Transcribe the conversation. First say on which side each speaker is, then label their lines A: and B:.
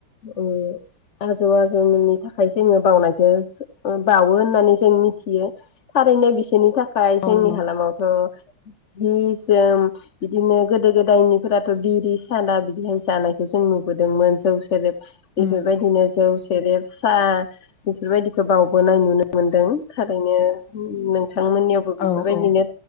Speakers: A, on the left; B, on the left.
A: ओ <unintelligible> आजौमोननि थाखाय जोङो बावनायखौ ओ बावो होननानै जों मिथियो थारैनो बिसोरनि थाख खाय जोंनि
B: औ नंगौ
A: हालामाव थ' जि जोम बिदिनो गोदो गोदायनिफोराथ' बिरि साना बिदिहाय जानायखौ जों नुबोदोंमोन जौ सेरेब बेफोरबायदिनो
B: उम
A: जौ सेरब साह बेफोरबायदिखौ बावबोनाय नुनो मोनदों थारैनो उ नों थांमोननियावबो बेफोरबायदिनो
B: औ औ